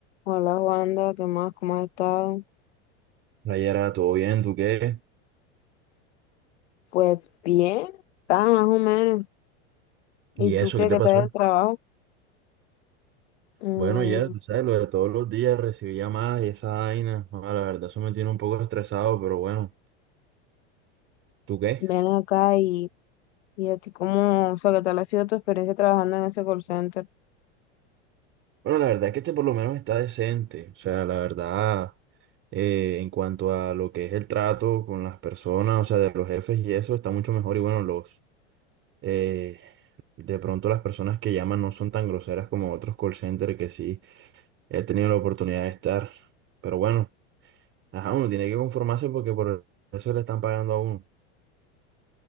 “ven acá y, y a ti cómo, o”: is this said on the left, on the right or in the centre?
Left